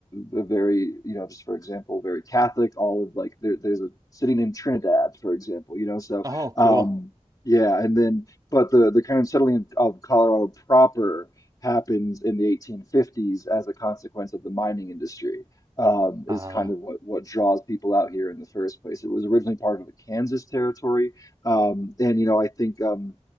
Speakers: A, on the left; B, on the right.
A: a very, you know, just for example, very Catholic. All of like there, there's a city named Trinidad, for example, you know. So,
B: Oh,
A: um,
B: cool.
A: yeah, and then but the the kind of settling of Colorado proper happens in the 1850s as a consequence of the mining industry. Um,
B: Uh,
A: is kind of what what draws people out here in the first place. It was originally part of the Kansas territory, um, and you know, I think. Um,